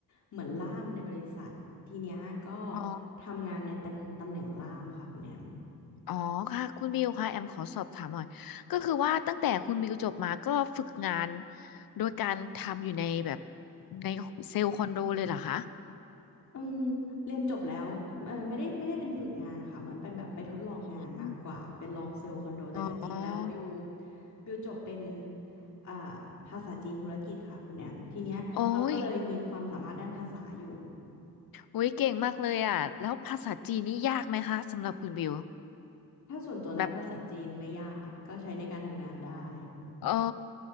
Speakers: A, on the left (about 50°); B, on the left (about 70°).
A: เหมือนล่ามในบริษัททีเนี้ยก็
B: อ๋อ
A: ทำงานในตำตำแหน่งล่ามค่ะคุณแอม
B: อ๋อค่ะคุณบิวค่ะแอมขอสอบถามหน่อยก็คือว่าตั้งแต่คุณบิวจบมาก็ฝึกงานโดยการทำอยู่ในแบบในเซลล์คอนโดเลยเหรอคะ
A: อืมเรียนจบแล้วเออไม่ได้ไม่ได้เป็นฝึกงานนะคะเหมือนเป็นแบบไปทดลองงานมากกว่าเป็นลองเซลล์คอนโดแต่จริงๆแล้วบิว
B: อืมอ๋อ
A: บิวจบเป็นอ่าภาษาจีนธุรกิจค่ะคุณแอมทีเนี้ยเราก็เลยมีความสามารถด้านภาษาอยู่
B: โอ้ย อุ้ยเก่งมากเลยอ่ะแล้วภาษาจีนนี่ยากไหมคะสำหรับคุณบิว
A: ถ้าส่วนตัวแล้วภาษาจีนไม่ยากก็ใช้ในการทำงานได้
B: แบบอ๋อ